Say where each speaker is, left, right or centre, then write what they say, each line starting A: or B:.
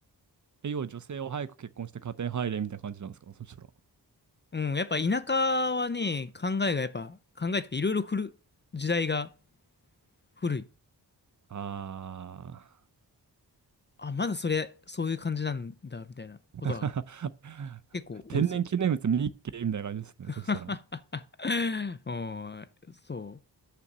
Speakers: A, on the right; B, on the left.
A: え、要は女性を早く結婚して家庭入れみたいな感じなんですかそしたら。
B: うん、やっぱ田舎はね、考えがやっぱ、考えていろいろ古る、時代が古い。
A: あー。
B: あ、まだそれ、そういう感じなんだ、みたいなことは
A: <laughs>
B: 結構多いですよ。
A: 天然記念物見に行けみたいな感じですね。
B: <laughs>
A: そしたら。
B: おん、そ